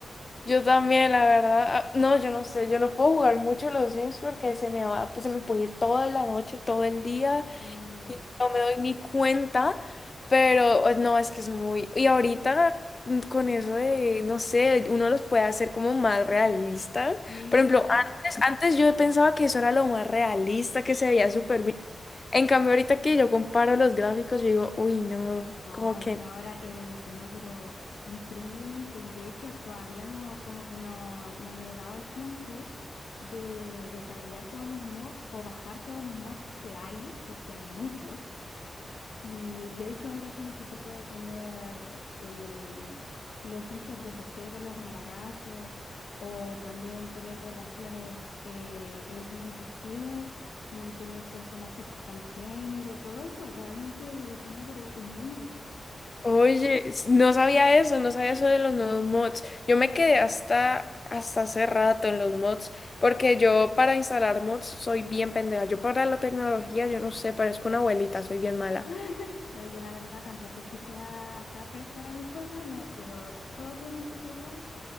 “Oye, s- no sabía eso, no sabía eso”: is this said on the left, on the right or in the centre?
Left